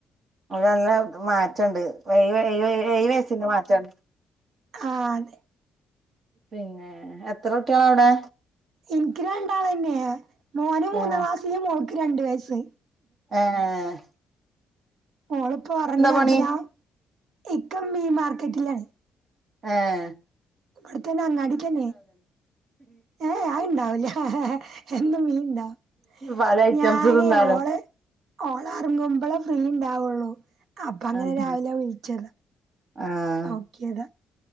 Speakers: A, on the right (about 45°); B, on the right (about 65°).
A: ഒര് നല്ല മാറ്റണ്ട് വ ഏ ഴ് ഏഴ് ഏഴ് വയസ്സിന്റെ മാറ്റണ്ട്
B: ക്കാതെ
A: പിന്നെ എത്ര കുട്ടികള അവിടെ
B: ഇൻക്ക് രണ്ടാളെന്നെ മോന് മൂന്നാം
A: ഏഹ്
B: ക്ലാസില് മോൾക്ക് രണ്ട് വയസ്സ്
A: ആഹ് യേ
B: ഓളിപ്പോ ഉറങ്ങ
A: പണി
B: അപ്പ ഞാ ഇക്ക മീ മാർക്കറ്റിലാണ്
A: ആഹ്
B: ഇബട്ത്തന്നെ അങ്ങാടിക്കെന്നെ ഏ ഏ അത്ണ്ടാവില്ല എന്നും മീൻണ്ടാവും
A: പല ഐറ്റംസ്
B: ഞാനേ
A: തിന്നാലോ
B: ഓള് ഓളറങ്ങുമ്പോളെ ഫ്രീണ്ടാവുള്ളു അപ്പൊ അങ്ങനെ
A: ആഹ്
B: രാവിലെ വിളിച്ചത
A: ആഹ്
B: നോക്കിയത